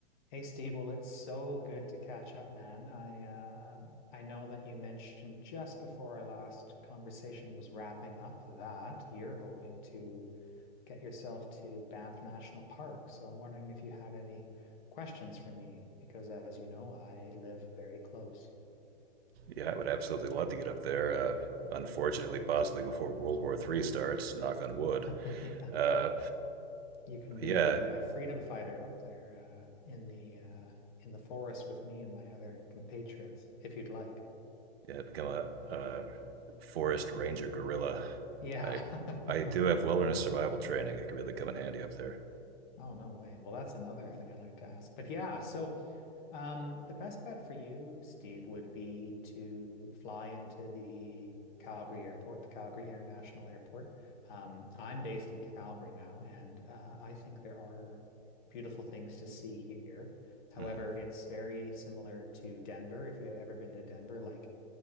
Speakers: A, on the left (about 45°); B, on the right (about 60°).
A: Hey Steve, well, it's so good to catch up, man. I uh, I know that you mentioned just before our last conversation was wrapping up that you're hoping to get yourself to Banff National Park. So I'm wondering if you had any questions for me, because as you know, I live very close.
B: Yeah, I would absolutely love to get up there. Uh, unfortunately, possibly before World War III starts. Knock on wood.
A: <laughs> Yeah,
B: Uh,
A: you can
B: yeah,
A: be a, uh freedom fighter up there uh, in the uh, in the forest with me and my other compatriots if you'd like.
B: yeah, become a, a forest ranger gorilla.
A: Yeah.
B: I
A: <laughs>
B: I do have wilderness survival training. It could really come in handy up there.
A: Oh, no way. Well, that's another thing I'd like to ask. But yeah, so um, the best bet for you, Steve, would be to fly into the Calgary Airport, the Calgary International Airport. Um, I'm based in Calgary now, and uh, I think there are beautiful things to see here. However,
B: Mm-hmm.
A: it's very similar to Denver. If you have ever been to Denver, like